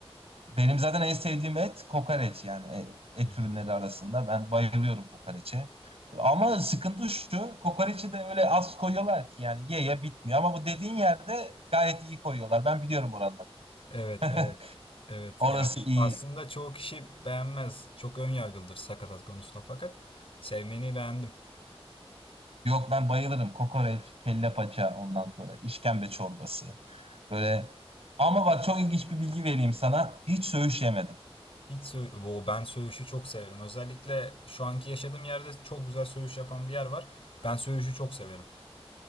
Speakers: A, on the right; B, on the left.
A: benim zaten en sevdiğim et kokoreç yani e- et
B: Hmm.
A: ürünleri arasında. Ben bayılıyorum kokoreçe. Ama sıkıntı şu, kokoreçi de öyle az koyuyorlar ki yani ye ye bitmiyor. Ama bu dediğin yerde gayet iyi koyuyorlar. Ben biliyorum oranları.
B: Evet,
A: <laughs>
B: evet. Evet.
A: Orası
B: Ya
A: iyi.
B: aslında çoğu kişi beğenmez. Çok ön yargılıdır sakatat konusunda fakat sevmeni beğendim.
A: Yok ben bayılırım. Kokoreç, kelle paça ondan sonra işkembe çorbası. Böyle ama bak çok ilginç bir bilgi vereyim sana. Hiç söğüş yemedim.
B: Hiç sö Oo, ben söğüşü çok severim. Özellikle şu anki yaşadığım yerde çok güzel söğüş yapan bir yer var. Ben söğüşü çok severim.